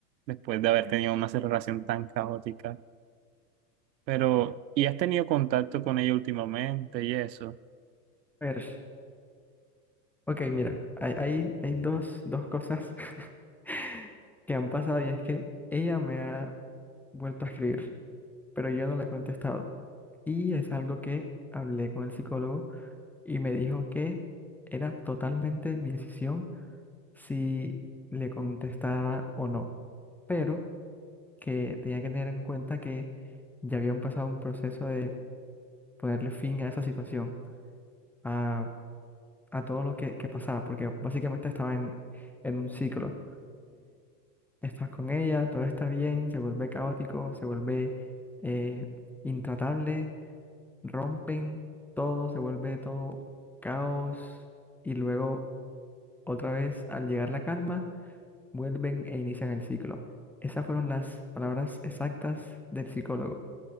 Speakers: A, on the right; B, in the centre.
A: después de haber tenido una relación tan caótica. Pero, ¿y has tenido contacto con ella últimamente y eso?
B: A ver. Ok, mira, hay, hay, hay dos, dos cosas <laughs> que han pasado y es que ella me ha vuelto a escribir, pero yo no le he contestado. Y es algo que hablé con el psicólogo y me dijo que era totalmente mi decisión si le contestaba o no, pero que tenía que tener en cuenta que ya había empezado un proceso de ponerle fin a esa situación, a, a todo lo que, que pasaba, porque básicamente estaba en, en un ciclo estás con ella, todo está bien, se vuelve caótico, se vuelve eh, intratable, rompen todo, se vuelve todo caos y luego otra vez al llegar la calma, vuelven e inician el ciclo. Esas fueron las palabras exactas del psicólogo.